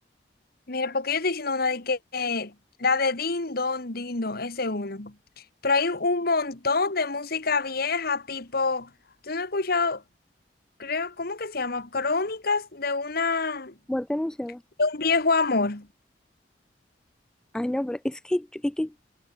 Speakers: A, on the left (about 55°); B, in the centre.
A: Mira, porque yo estoy diciendo una de que eh, la de Din Don, Din Don, ese es uno. Pero hay un montón de música vieja, tipo, tú no has escuchado, creo, ¿cómo que se llama? Crónicas de una, de
B: Muerte anunciada.
A: un viejo amor.
B: Ay, no, pero es que, yo- es que